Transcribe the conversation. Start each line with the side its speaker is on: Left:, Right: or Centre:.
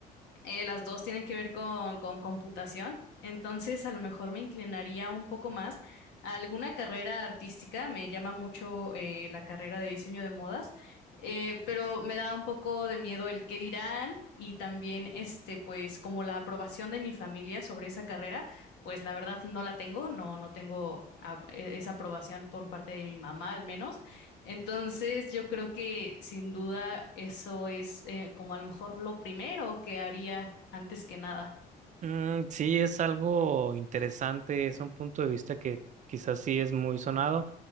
Left: eh, las dos tienen que ver con, con computación, entonces a lo mejor me inclinaría un poco más a alguna carrera artística, me llama mucho eh, la carrera de diseño de modas, eh, pero me da un poco de miedo el qué dirán y también este, pues como la aprobación de mi familia sobre esa carrera, pues la verdad no la tengo, no, no tengo ah, e- esa aprobación por parte de mi mamá al menos. Entonces, yo creo que sin duda eso es eh, como a lo mejor lo primero que haría antes que nada.
Right: Mm, sí, es algo interesante, es un punto de vista que quizás sí es muy sonado.